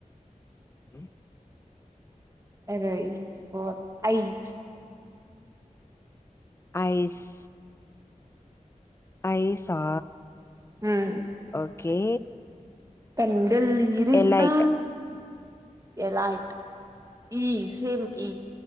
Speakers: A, on the left (about 20°); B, on the right (about 25°).
A: ம்
B: அ ரைஸ் ஃபார் ஐஸ்
A: ஐஸ் ஐஸா
B: ம்
A: ஓகே
B: கண்கள் இரண்டால்
A: எலைட்
B: எலைட் இ சேம் இ